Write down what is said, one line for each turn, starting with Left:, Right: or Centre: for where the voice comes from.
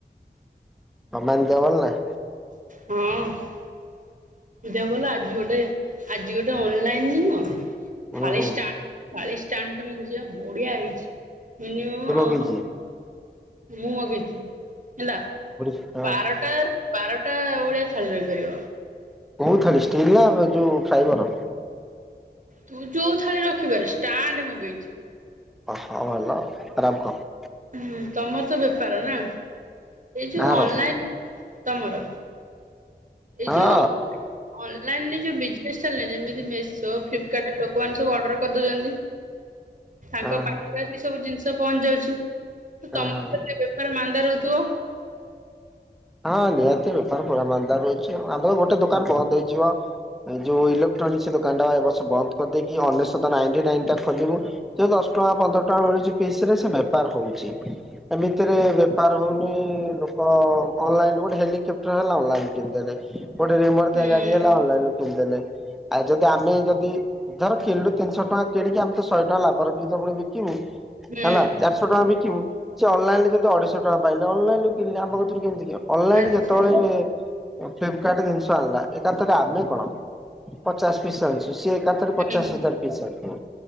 Centre: ମାମାଲି ଦେହ ଭଲ ନା?
Right: ହଁ। ଦେହ ଭଲ ଆଜି ଗୋଟେ ଆଜି ଗୋଟେ ଅନଲାଇନ ରେ ନୁହଁ।
Centre: ହୁଁ
Right: ଥାଳି
Centre: ହୁଁ
Right: ଷ୍ଟାଣ୍ଡ ଥାଳିଷ୍ଟାଣ୍ଡ ଟେ ମଗେଇଚି ପା ବଢିଆ ହେଇଚି। ମିନିମମ
Centre: କିଏ ପକେଇଛି?
Right: ମୁଁ ମଗେଇଥିଲି ହେଲା
Centre: ହଁ
Right: ବାରଟାରୁ ବାରଟା ଭଳିଆ ଥାଳି ରହିପାରିବ।
Centre: କୋଉ ଥାଳି ଷ୍ଟିଲ୍ ନା ଯୋଉ ଫ୍ରାଇବର?
Right: ତୁ ଯୋଉ ଥାଳି ରଖିବାରେ ଷ୍ଟାଣ୍ଡ ମଗେଇଚି।
Centre: ଓହୋ ଭଲ ଖରାପ୍ କଣ?
Right: ହୁଁ ତମର ତ ବେପାର ନା ଏଇ ଯୋଉ
Centre: କାହାର?
Right: ଅନଲାଇନ ତମର ଏଇ
Centre: ହଁ
Right: ଯୋଉ ଅ-ଅନଲାଇନ ଯୋଉ ବିଜନେସ୍ ଚାଲେ ଯେମିତି ମେଶୋ ଫ୍ଲିପ୍ କାର୍ଡ ରେ ଲୋକମାନେ ସବୁ ଅର୍ଡର କରିଦଉଚନ୍ତି। ତାଙ୍କ
Centre: ହଁ
Right: ପାଖରେ ଆସି ସବୁ ଜିନିଷ ପହଞ୍ଚି ଯାଉଛି ତମ
Centre: ହଁ।
Right: ବେପାର ମାନ୍ଦା ରହୁ ତୁଅ।
Centre: ହଁ ନିହାତି ବେପାର ପୁରା ମାନ୍ଦାରହୁଚି ଆଉ ଆମର ଗୋଟେ ଦୋକାନ ବନ୍ଦ ହେଇଯିବ। ଯୋଉ ଇଲେକ୍ଟ୍ରୋନିକସ ଦୋକାନ ଟା ଏ ବର୍ଷ ବନ୍ଦ କରିଦେଇକି ଅନେଶତ ନାଇଣ୍ଟ ନାଇଁନ ଟା ଖୋଲିବୁ ଯଉ ଦଶ ଦଶ ଟଙ୍କା ପନ୍ଦର ଟଙ୍କା ମିଳୁଚି ପିସ ରେ ସେ ବେପାର ହଉଚି। ଏମିତିରେ ବେପାର ହଉନି ଲୋକଅ। ଅନଲାଇନ ଗୋଟେ ହେଲିକେପ୍ଟର ହେଲା ଅନଲାଇନ କିଣିଦେଲେ। ଗୋଟେ ରିମଟଦିଆ
Right: ହୁଁ
Centre: ଗାଡି ହେଲା ଅନାଲାଇନରୁ କିଣିଦେଲେ ଆ ଜଉଟା ଆମେ ଯଦି ଧର କିଣିଲୁ ତିନିଶହ ଟଙ୍କା କିଣିକି ଆମେତ ଶହେ ଟଙ୍କା ଲାଭ ରଖିକି ତ ପୁଣି ବିକିବୁ
Right: ହୁଁ
Centre: ହେଲା ଚାରିଶହ ଟଙ୍କା ବିକିବୁ, ସେ ଅନଲାଇନ ରେ ଜଦି ଅଢେଇଶହ ଟଙ୍କା ପାଇଲେ ଅନଲାଇନୁ କିିଣିଲେ ଆମ କତିରୁ କେମ ଅନଲାଇନ
Right: ଆଚ୍ଛା
Centre: ଯେତେବେଳେ ଫ୍ଲିପକାର୍ଟ ଜିନିଷ ଆଣିଲା ଏକାଥରେ ଆମେ କଣ ପଚାଶ ପିସ୍ ଆଣୁଚେ। ସିଏ ଏକାଥରେ
Right: ହୁଁ
Centre: ପଚାଶ ହଜାର ପିସ ଆଣିଥିବ